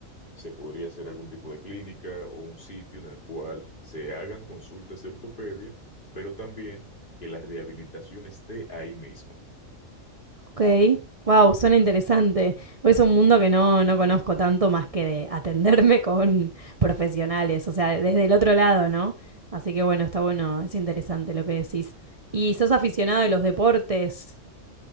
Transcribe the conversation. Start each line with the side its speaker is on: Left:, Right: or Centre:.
Left: se podría hacer algún tipo de clínica o un sitio en el cual se hagan consultas de ortopedia, pero también que la rehabilitación esté ahí mismo.
Right: Ok. Wow, suena interesante. Es un mundo que no, no conozco tanto más que de atenderme <laughs> con profesionales, o sea, desde el otro lado, ¿no? Así que bueno, está bueno, es interesante lo que decís. ¿Y sos aficionado de los deportes?